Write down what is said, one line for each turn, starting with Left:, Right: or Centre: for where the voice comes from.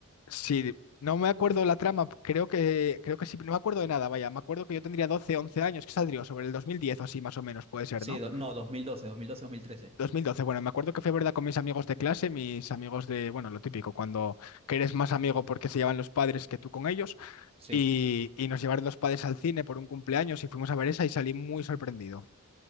Left: Sí, no me acuerdo la trama, creo que, creo que sí, no me acuerdo de nada, vaya, me acuerdo que yo tendría 12 11 años, que saldría sobre el 2010 o así más o menos, puede ser,
Right: Sí,
Left: ¿no?
Right: do- no, 2012, 2012, 2013.
Left: 2012. bueno, me acuerdo que fue verdad con mis amigos de clase, mis amigos de, bueno, lo típico, cuando que eres más amigo porque se llevan los padres que tú con ellos,
Right: Sí.
Left: y, y nos llevaron los padres al cine por un cumpleaños y fuimos a ver esa y salí muy sorprendido.